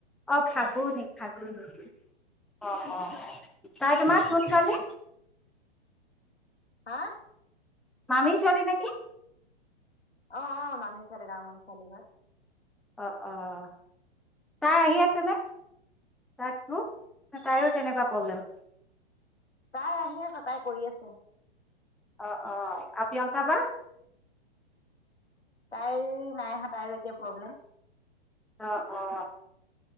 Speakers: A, in the centre; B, on the left.
A: অ', ফাগুনি ফাগুনি, অ', অ'। তাই তোমাৰ কোন ছোৱালী?
B: হা?
A: মামিৰ ছোৱালী নে কি?
B: অ' অ', মামীৰ ছোৱালী, ডাঙৰ মামীৰ ছোৱালী হয়।
A: অ' অ'। তাই আহি আছে নে, টাস্কটো? না তাইৰো তেনেকুৱা প্ৰব্লেম?
B: তাই আহিয়ে সদায় কৰি আছে।
A: অ' অ'। আৰু প্ৰিয়ংকা বা
B: তাইৰ নাই আহা, তাইৰো একে প্ৰব্লেম।
A: অ' অ'।